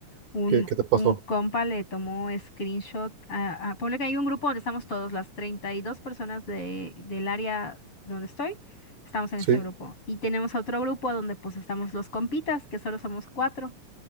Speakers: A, on the left (about 40°); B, on the right (about 85°).
A: Un,
B: ¿Qué, qué te pasó?
A: un compa le tomó screenshot a, a- ponle que hay un grupo donde estamos todos, las 32 personas de, del área donde estoy, estamos en
B: Sí,
A: ese grupo. Y tenemos otro grupo donde pues estamos los compitas, que solo somos cuatro.